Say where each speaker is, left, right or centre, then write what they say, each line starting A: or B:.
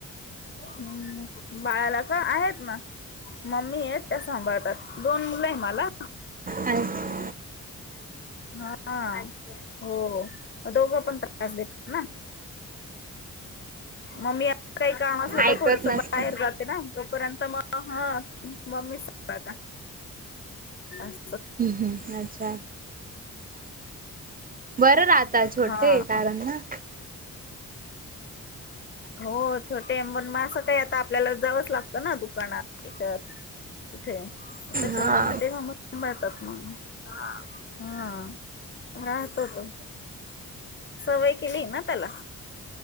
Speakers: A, on the left; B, on the right.
A: हम्म ब ला का आहेत ना मम्मीये त्या सांभाळतात दोन मुलं आहे मला
B: आहेत.
A: हा. हो दोघं पण त्रास देतात ना. ममी अस काही काम असलं का
B: ऐकत
A: थोडसं
B: नसत
A: बाहेर जाते ना तोपर्यंत तस म ह मम्मी सांभाळतात अस
B: हम्म हम्म अच्छा. बरं राहता छोटेय
A: हा.
B: कारण ना.
A: हो छोटे पण मग असं काही आता आपल्याला जावस लागत ना दुकानात त्याच्यात कुठे त्याच्या
B: हा
A: म मम्मी सांभाळतात. मम्मी. हा राहतो तो. सवय केलीय ना त्याला.